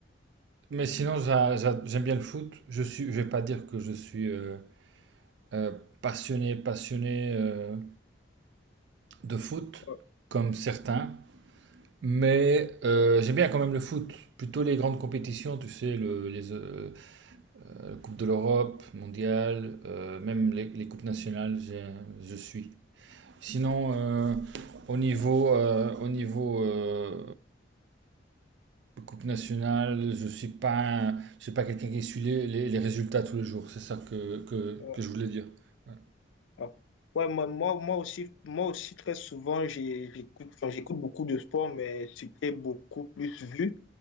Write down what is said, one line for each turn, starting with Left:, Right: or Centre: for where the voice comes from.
Right: Mais sinon, j'a- j'a- j'aime bien le foot. Je suis, je vais pas dire que je suis euh, euh, passionné, passionné euh, de foot,
Left: ouais,
Right: comme certains. Mais euh, j'aime bien quand même le foot. Plutôt les grandes compétitions, tu sais, le, les euh, euh, Coupe de l'Europe, Mondiale, euh, même les, les Coupes nationales, j'ai- je suis. Sinon, euh, au niveau, euh, au niveau euh, Coupe nationale, je suis pas, un- je suis pas quelqu'un qui suit les, les- les résultats tous les jours. C'est ça que, que,
Left: ouais,
Right: que je voulais dire. Ouais.
Left: ouais. Ouais, moi, moi, moi aussi, moi aussi, très souvent, j'ai- j'écoute, enfin, j'écoute beaucoup de sport, mais c'était beaucoup plus vu.